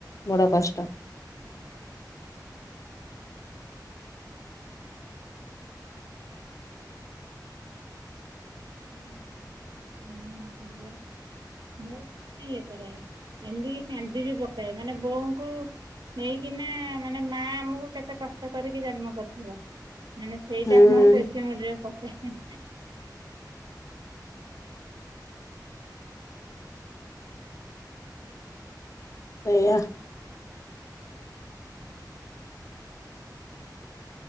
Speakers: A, on the left (about 45°); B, on the right (about 80°).
A: ବଡ଼ କଷ୍ଟ।
B: ହୁଁ। <unintelligible> <unintelligible> ମନେପଡି଼ବ। ବହୁତ୍ ମାନେ ଇଏ କରାଏ ଏମିତି କି କାନ୍ଦି ବି ପକାଏ ମାନେ ବୋଉଙ୍କୁ ନେଇକିନା ମାନେ ମା ଆମକୁ କେତେ କଷ୍ଟ କରିକି ଜନ୍ମ କରିଥିବ। ମାନେ ସେଇଟା
A: ହୁଁ
B: ଆମର ବେଶୀ ମନେ ପକାଏ।
A: ସେଇଆ।